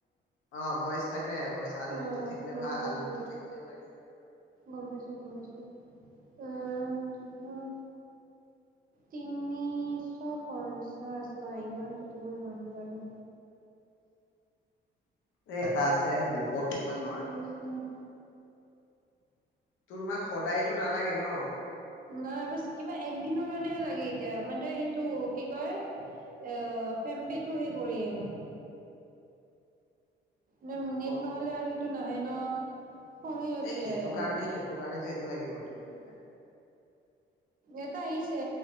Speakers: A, on the left; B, on the right.
A: অ ভইচ থাকে, ভইচ আনলিমিটেড
B: আহ
A: থাকিলে
B: মনত
A: ভাল
B: পৰিছে
A: আনলিমিটেড
B: দে,
A: থাকিলে লাগে
B: গম পাইছো গম পাইছো। আহ, তিনিশ পঞ্চাশ নাই ইমানতো দিব নোৱাৰি বাৰু
A: এ এটা আছে দুশ কিমানৰ
B: আহচনা <unintelligible>
A: তোৰ মাক সদায়তো নালাগে ন?
B: নাইব কিবা একদিনৰ কাৰণেহে লাগে এতিয়া মান সেইটো কি কয় এ কম্পেটো <unintelligible> হে কৰিম মানে নেট
A: অ
B: নহলে আৰু সেইটো নাহে ন শমি উঠে
A: এই সেইটো
B: <unintelligible>
A: কাৰণে সেইটো কাৰণেতো সেইটো লাগিব এইটো বুলি কয়
B: এটা আহিছে